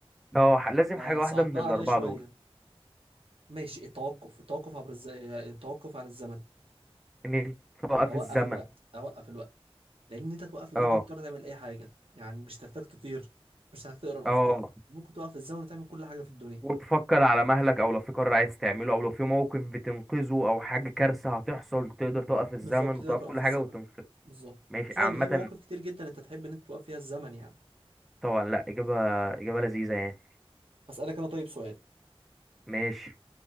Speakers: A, in the centre; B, on the right.
A: اه ح- لازم
B: فصعبتها
A: حاجة واحدة من الأربعة
B: عليا شويه
A: دول
B: ماشي التوقف التوقف عبر الز... التوقف عن الزمن
A: إن أنت توقف
B: اوقف
A: الزمن
B: الوقت اوقف الوقت لان انت توقف الوقت
A: اه
B: ده انت تقدر تعمل اي حاجه يعني مش تحتاج تطير مش هتحتاج تقرا الافكار
A: اه
B: ممكن توقف الزمن وتعمل كل حاجه في الدنيا
A: وتفكر على مهلك او لو في قرار عايز تعمله او لو في موقف بتنقذه او حاجه كارثه هتحصل تقدر توقف الزمن
B: بالظبط تقدر
A: وتوقف
B: توقف
A: كل حاجه
B: الزمن
A: وتنقذه
B: بالظبط
A: ماشي
B: خصوصا
A: عامه
B: ان في مواقف كتير جدا انت تحب ان انت توقف فيها الزمن يعني
A: طبعا لا اجابه اجابه لذيذه يعني
B: هسألك انا طيب سؤال
A: ماشي